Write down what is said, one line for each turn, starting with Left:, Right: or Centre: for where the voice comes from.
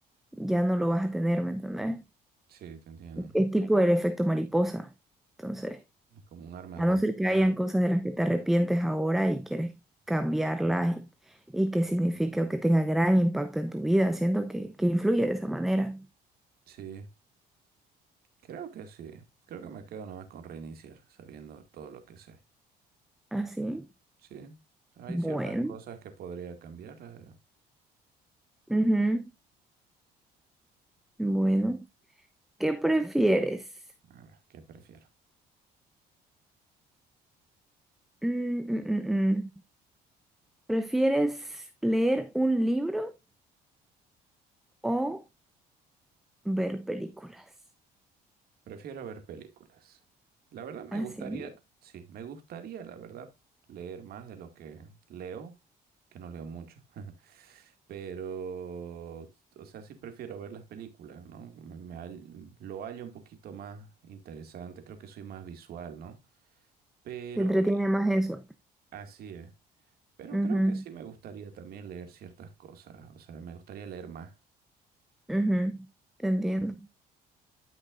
Centre: ya no lo vas a tener, ¿me entendés?
Right: Sí, te entiendo.
Centre: Es tipo el efecto mariposa. Entonces,
Right: Es como un arma
Centre: a
Right: de doble
Centre: no ser que
Right: filo.
Centre: hayan cosas de las que te arrepientes ahora y quieres cambiarlas y, y que signifique o que tenga gran impacto en tu vida, siento que, que influye de esa manera.
Right: Sí, creo que sí. Creo que me quedo nomás con reiniciar, sabiendo todo lo que sé.
Centre: Así.
Right: Sí, hay
Centre: Bueno.
Right: ciertas cosas que podría cambiarlas. eh.
Centre: Ujú. Bueno. ¿Qué prefieres?
Right: A ver, ¿qué prefiero?
Centre: Mm, mm, mm, mm. ¿Prefieres leer un libro o ver películas?
Right: Prefiero ver películas. La verdad me
Centre: Así.
Right: gustaría, sí, me gustaría, la verdad, leer más de lo que leo, que no leo mucho, <laughs> pero, o sea, sí prefiero ver las películas, ¿no? Me, me hall- lo hallo un poquito más interesante, creo que soy más visual, ¿no? Pero,
Centre: Te entretiene
Right: eh,
Centre: más eso.
Right: así es. Pero
Centre: Ujú,
Right: creo que sí me gustaría también leer ciertas cosas, o sea, me gustaría leer más.
Centre: ujú, Te entiendo.